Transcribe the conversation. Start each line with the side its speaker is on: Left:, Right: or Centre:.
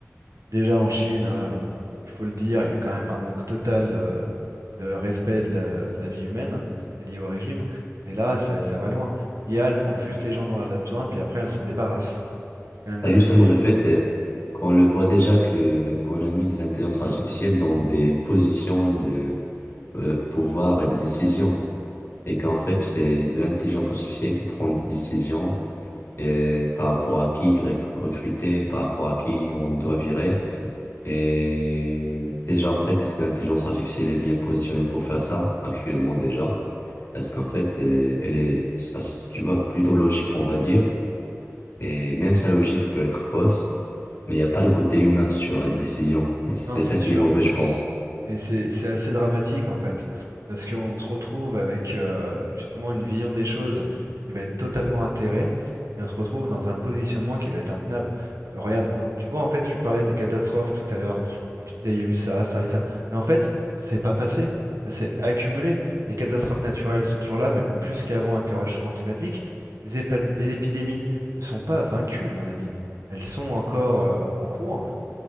Right: Déjà en Chine, euh, il faut le dire, il y a quand même un manque total euh, de respect de la, de la vie humaine, ce qui est lié au régime. Mais là, c'est- ça va loin. L'IA, elle prend juste les gens dont elle a besoin, puis après, elle s'en débarrasse. C'est quand même
Left: Bah,
Right: de la
Left: justement,
Right: folie,
Left: le
Right: hein.
Left: fait euh, qu'on le voit déjà que on a mis des intelligences artificielles dans des positions de euh, pouvoir et de décision, et qu'en fait, c'est de l'intelligence artificielle qui prend des décisions euh, par rapport à qui recru- recruter, par rapport à qui on doit virer. Et déjà, en fait, est-ce que l'intelligence artificielle est bien positionnée pour faire ça actuellement déjà? Parce qu'en fait, euh, elle est, tu vois, plutôt logique, on va dire. Et même sa logique peut être fausse, mais il n'y a pas le côté humain sur les décisions. Et c'est c'est
Right: Non, c'est
Left: ça qui
Right: sûr.
Left: est mauvais, je pense.
Right: Et c'est c'est assez dramatique en fait, parce qu'on se retrouve avec euh, justement une vision des choses qui va être totalement atterrée, et on se retrouve dans un positionnement qui va être intenable. Euh, regarde, on- tu vois, en fait, tu parlais des catastrophes tout à l'heure, Euh, tu disais il y a eu ça, ça et ça, mais en fait, c'est pas passé, ça s'est accumulé. Les catastrophes naturelles sont toujours là, même plus qu'avant avec le réchauffement climatique. Les épa- les épidémies ne sont pas vaincues, mon ami, elles sont encore euh, en cours.